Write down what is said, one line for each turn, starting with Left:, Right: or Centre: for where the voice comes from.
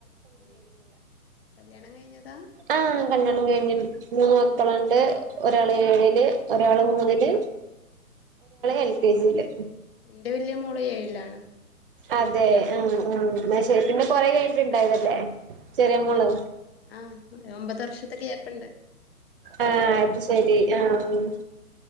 Left: ഉം കല്യാണം കഴിഞ്ഞതാ
Right: ആഹ് കല്യാണം കഴിഞ്ഞഞ് മൂന്ന് മക്കളുണ്ട് ഒരാള് ഏഴില് ഒരാള് മൂന്നില്
Left: ഉം
Right: എൽ കെ ജിയില്
Left: എന്റെ വലിയ മോള് ഏഴിലാണ്
Right: അതെ അയ് ശരിക്ഷെ പിന്നെ കൊറെ കഴിഞ്ഞിട്ട്ണ്ടായതല്ലേ ചെറിയ മോള്
Left: ആഹ് ആഹ് ഒമ്പത് വർഷത്തെ ഗ്യാപ്പ്ണ്ട്
Right: ആഹ് അത് ശരി ആഹ്